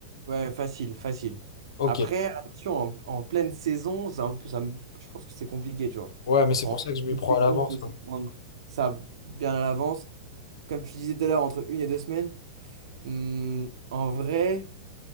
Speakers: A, on the right (about 75°); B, on the left (about 75°).
A: Ouais, facile, facile.
B: Ok.
A: Après, attention, en, en pleine saison, c'est un peu, ça me- je pense que c'est compliqué, tu vois.
B: Ouais, mais c'est
A: En
B: pour ça que je m'y
A: pleine
B: prends
A: saison,
B: à l'avance.
A: faut s'y
B: hein.
A: prendre ça bien à l'avance. Comme tu disais tout à l'heure, entre une et deux semaines, hum, en vrai,